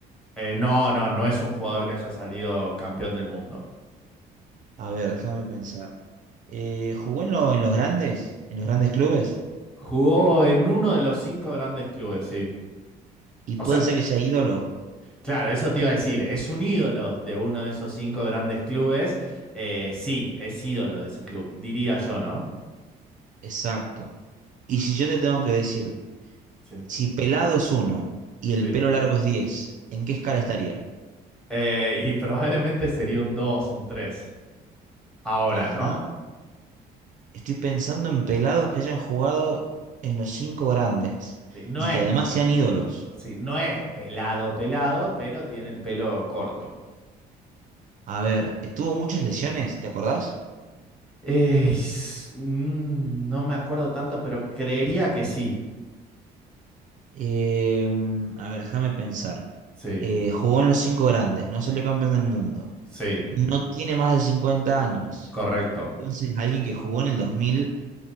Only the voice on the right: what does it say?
A ver, déjame pensar. Eh, ¿jugó en, lo- en los grandes? ¿En los grandes clubes?
Y
puede
ser que sea ídolo.
Exacto. Y si yo te tengo que decir,
si pelado es uno y el
pelo largo es 10, ¿en qué
escala estaría?
Ajá.
Estoy pensando en pelados que hayan jugado en los cinco grandes
y
que además sean ídolos.
A ver, ¿tuvo muchas lesiones? ¿Te acordás?
Eh, a ver, déjame pensar.
Eh, jugó en los cinco grandes, no salió campeón del mundo.
No tiene más de cincuenta años.
Entonces, alguien que jugó en el dos dos mil